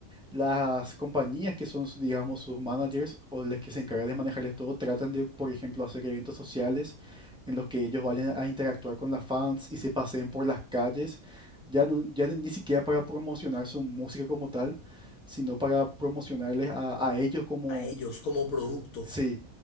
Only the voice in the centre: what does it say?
las compañías que son, su- digamos, sus managers o las que se encargan de manejarles todo, tratan de, por ejemplo, hacer eventos sociales en los que ellos vayan a interactuar con las fans y se paseen por las calles, ya, no- ya ni ni siquiera para promocionar su música como tal, sino para promocionarles a, a ellos como,
sí,